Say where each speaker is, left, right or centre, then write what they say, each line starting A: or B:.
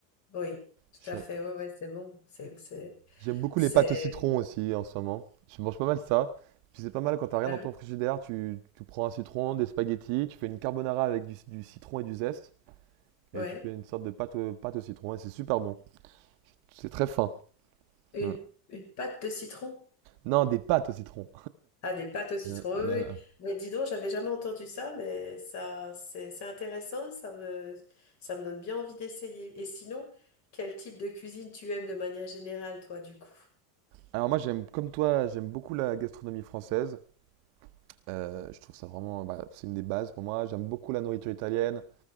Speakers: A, on the left; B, on the right.
A: oui, tout
B: Je-
A: à fait. Ouais, ouais, c'est bon. C'est, c'est,
B: J'aime beaucoup
A: c'est,
B: les pâtes au citron aussi en ce moment. Je mange pas mal ça. Puis c'est pas mal quand t'as rien
A: ah
B: dans ton
A: oui.
B: frigidaire, tu, tu prends un citron, des spaghettis, tu fais une carbonara avec du, du citron et du zeste.
A: Ouais.
B: Et tu fais une sorte de pâte au, pâte au citron et c'est super bon. C'est très fin.
A: Une,
B: Mm.
A: une pâte de citron.
B: Non, des pâtes au citron.
A: Ah, des pâtes au citron.
B: Euh,
A: Oui,
B: non, non.
A: oui. Mais dis donc, j'avais jamais entendu ça, mais ça, c'est, c'est intéressant. Ça me, ça me donne bien envie d'essayer. Et sinon, quel type de cuisine tu aimes de manière générale, toi, du coup?
B: Alors moi j'aime comme toi, j'aime beaucoup la gastronomie française. Euh, je trouve ça vraiment, bah, c'est une des bases pour moi. J'aime beaucoup la nourriture italienne.